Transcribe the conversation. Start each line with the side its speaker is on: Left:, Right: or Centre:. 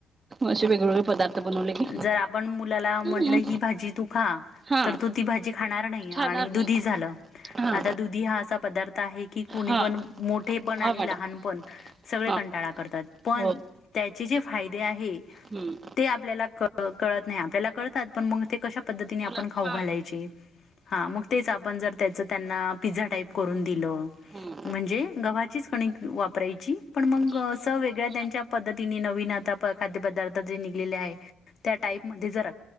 Right: असे वेगवेगळे पदार्थ बनवले की
Left: जर आपण मुलाला म्हटलं,
Right: हम्म
Left: ही भाजी तू खा
Right: हा
Left: तर तो ती भाजी खाणार नाही, आणि
Right: खाणार नाही
Left: दुधी झालं,
Right: हा
Left: आता दुधी हा असा पदार्थ आहे कि कुणी
Right: हा
Left: पण, मोठे पण आणि
Right: हा मॅडम
Left: लहान पण, सगळे कंटाळा
Right: हा
Left: करतात. पण
Right: हो
Left: त्याचे जे फायदे आहे
Right: हम्म
Left: ते आपल्याला कळत नाही, आपल्याला कळतात, पण मग ते कशा पद्धतीने
Right: मुलं
Left: आपण खाऊ
Right: हा
Left: घालायचे. हा, मग तेच आपण जर त्याच त्यांना पिझ्झा टाईप करून दिलं
Right: हम्म
Left: म्हणजे गव्हाचीच कणिक वापरायची, पण मग
Right: हम्म
Left: अस वेगळ्या
Right: हो
Left: त्यांच्या
Right: ना
Left: पद्धतीने, नवीन आता खाद्य पदार्थ जे निघलेले आहे, त्या टाईप मध्ये जर